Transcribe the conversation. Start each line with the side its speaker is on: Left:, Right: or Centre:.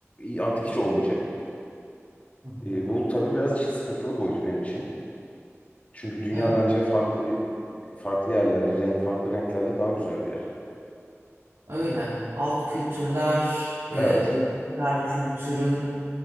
Left: artık hiç olmayacak.
Right: Hı hı.
Left: E, bu tabii biraz işin sıkıntılı boyutu benim için. Çünkü dünya
Right: Evet,
Left: bence farklı bir farklı yerlerle, renk farklı renklerle daha güzel bir yer.
Right: öyle. Alt kültürler e,
Left: Evet,
Right: bu popüler kültürün